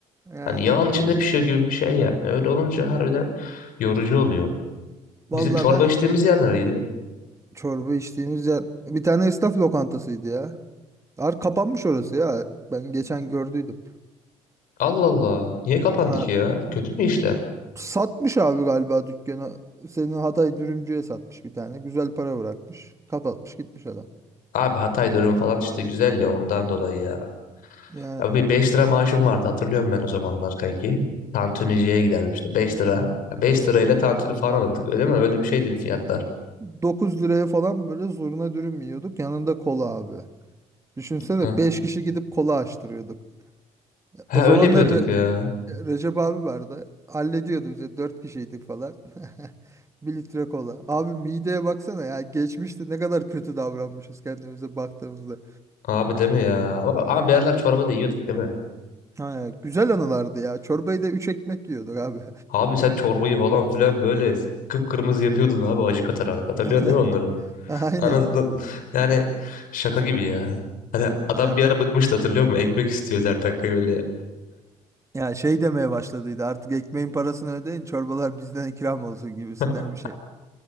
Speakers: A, on the right; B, on the left.
A: Yani
B: Hani yağın içinde pişiyor gibi bir şey yani. Öyle olunca harbiden yorucu oluyor.
A: valla
B: Bizim çorba
A: ben
B: içtiğimiz yer nereydi?
A: çorba içtiğimiz yer bir tane esnaf lokantasıydı ya. Ar kapanmış orası ya. Ben geçen gördüydüm.
B: Allah Allah. Niye kapandı
A: Ha,
B: ki ya? Kötü mü işler?
A: satmış abi galiba dükkanı. Senin Hatay dürümcüye satmış bir tane. Güzel para bırakmış. Kapatmış gitmiş adam.
B: Abi Hatay durum falan işte güzel ya ondan dolayı ya.
A: Yani
B: Abi 5 lira maaşım vardı hatırlıyorum ben o zamanlar kanki. Tantuniciye giderdim işte 5 lira. Ya 5 lirayla tantuni falan alırdık öyle mi? Öyle bir şeydi fiyatlar.
A: dokuz liraya falan böyle zurna dürüm yiyorduk. Yanında kola abi. Düşünsene
B: Ha,
A: 5 kişi gidip kola açtırıyorduk.
B: Ha,
A: O zamanlar
B: öyle yapıyorduk ya.
A: Recep abi vardı. Hallediyordu bize. Dört kişiydik falan. <laughs> Bir litre kola. Abi mideye baksana ya. Geçmişte ne kadar kötü davranmışız kendimize baktığımızda.
B: Abi değil mi ya? Ama, ama bir yerler çorba da yiyorduk değil mi?
A: Ha, güzel anılardı ya. Çorbayı da üç ekmek yiyorduk abi.
B: Abi sen çorbayı falan filan böyle kıpkırmızı yapıyordun abi acı katarak. Hatırlıyorsun
A: <laughs>
B: değil mi onları?
A: Aynen.
B: Anasından <laughs> yani şaka gibi ya. Hani adam
A: Ya
B: bir ara bıkmıştı hatırlıyor musun? Ekmek istiyoruz her dakika böyle.
A: ya şey demeye başladıydı. Artık ekmeğin parasını ödeyin, çorbalar bizden ikram olsun gibisinden
B: <laughs>
A: bir şey.